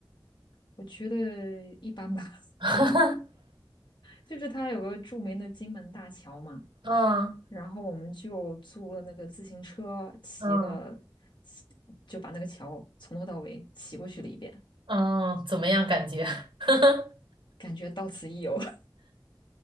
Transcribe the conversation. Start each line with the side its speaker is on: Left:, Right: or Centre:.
Left: 我觉得一般吧。<laughs>
Right: <laughs>
Left: 就是它有个著名的金门大桥嘛，
Right: 嗯
Left: 然后我们就租了那个自行车，骑了，
Right: 嗯
Left: 骑就把那个桥从头到尾骑过去了一遍，
Right: 嗯，怎么样感觉？<laughs>
Left: 感觉到此一游。<laughs>